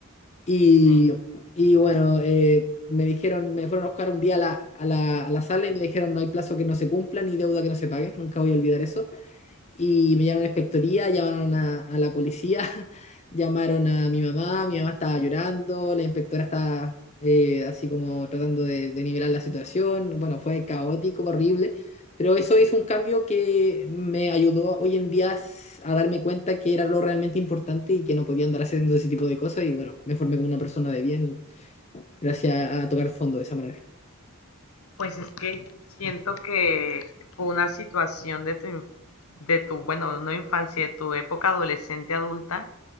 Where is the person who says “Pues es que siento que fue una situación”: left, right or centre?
Left